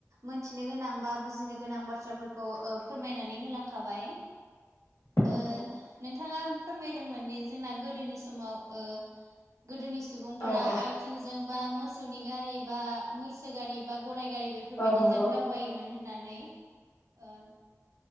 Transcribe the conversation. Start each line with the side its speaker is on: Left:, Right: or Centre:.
Right: मोनथिनो गोनां बा बुजिनो गोनां बाथ्राफोरखौ ओ फोरमायनानै होलांखाबाय।
Left: औ
Right: ओ नोंथाङा फोरमायदोंमोन दि जोंना गोदोनि समाव ओ गोदोनि सुबुंफोरा
Left: औ
Right: थिंजों बा मोसौनि गारि बा मैसो गारि बा गराइ गारि बे बेफोरबायदिजों
Left: औ नंगौ
Right: दावबायोमोन होननानै ओं